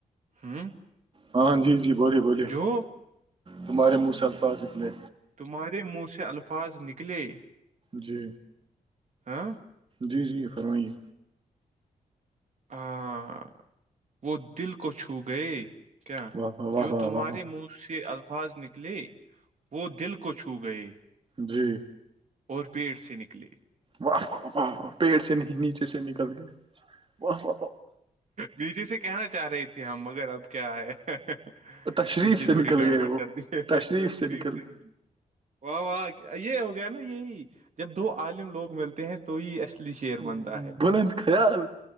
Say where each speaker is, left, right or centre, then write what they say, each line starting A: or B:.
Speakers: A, on the right (about 55°); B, on the right (about 40°).
A: ہوں
B: ہاں جی جی بولیے بولیے
A: جو
B: تمہارے مہ الفاظ اتنے
A: تمہارے منہ سے الفاظ نکلے
B: جی
A: ہاں
B: جی جی فرمائیے
A: ہاں وہ دل کو چھو گئے کیا
B: واہ واہ واہ
A: جو تمہارے
B: واہ واہ واہ
A: منہ سے الفاظ ن لے وہ دل کو چھو گئے
B: جی
A: اور پی ایس اے نکلی
B: واہ و واہ و پیڑ سے نہیں نیچے سے نکل گئے واہ و
A: نیچے سے کہنا چاہ رہی تھی ہم مگر اب کیا ہے
B: تشریف
A: نیچے
B: سے
A: تھوڑی
B: نکل
A: گڑبڑ
B: گئے وہ
A: چلتی ہے
B: تشریف
A: تو شریف
B: نکل
A: سے نکلی واہ واہ یہ ہو گیا نا یہی جب دو عالم لوگ ملتے ہیں تو یہ الی ایر
B: گئے،
A: بنتا ہے
B: بلند خیال